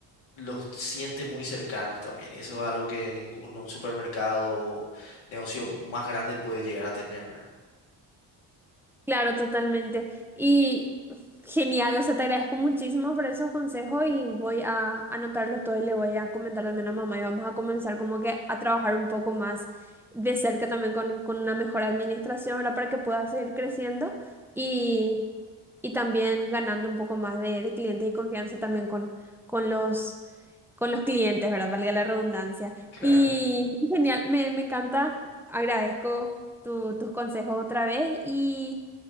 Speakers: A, on the left; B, in the centre.
A: los siente muy cercanos también. Y eso es algo que ningún un supermercado o negocio más grande puede llegar a tener, ¿verdad?
B: Claro, totalmente. Y genial, o sea, te agradezco muchísimo por esos consejos y voy a anotarlos todos y le voy a comentar también a mamá y vamos a comenzar como que a trabajar un poco más de cerca también con, con una mejor administración, ¿verdad? Para que pueda seguir creciendo y, y también ganando un poco más de, de clientes y confianza también con, con los con los clientes, ¿verdad? Valga la redundancia.
A: Claro.
B: Y, y genial, me, me encanta, agradezco tu- tus consejos otra vez y